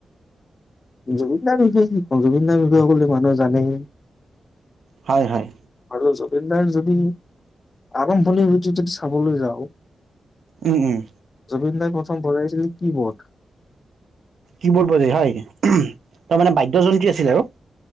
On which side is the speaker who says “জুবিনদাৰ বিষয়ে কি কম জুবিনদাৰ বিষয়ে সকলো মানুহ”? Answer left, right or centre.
Left